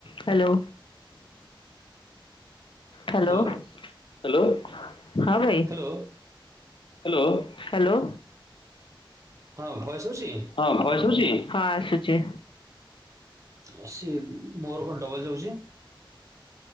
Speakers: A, on the left (about 70°); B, on the right (about 35°).
A: Hello hello.
B: Hello
A: hello ହଁ ବେ।
B: Hello
A: hello hello.
B: ହଁ ଭଏସ ହଉଛି।
A: ହଁ ଭଏସ ହୋଇଚି।
B: ଅ ସିଏ ମୋର କଣ ଡବଲ ଯାଉଛି?